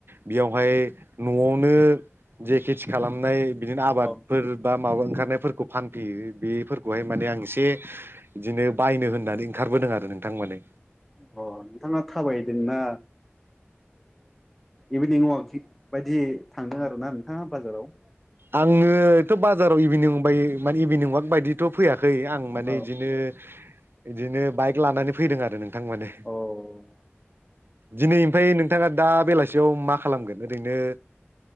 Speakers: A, on the right (about 55°); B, in the centre.
A: बेयावहाय नआवनो जे खिथि खालामनाय बिदिनो आबादफोर
B: औ
A: बा माबा ओंखारनायफोरखौ फानफैयो बेफोरखौहाय माने आं एसे बिदिनो बायनो होननानै ओंखारबोदों आरो नोंथां माने।
B: अ नोंथाङा थाबायदोंना इभिनिं अवाक बायदि थांदों आरो ना नोंथाङा बाजाराव?
A: आङोथ बाजाराव इभिनिं बाय माने इभिनिं वाक बायदिथ फैया खै आं माने
B: औ
A: बिदिनो इदिनो बाइक लानानै फैदों आरो नों थां माने
B: औ
A: दिनै ओमफ्राय नों नोंथाङा दा बेलासियाव मा खालामगोन ओरैनो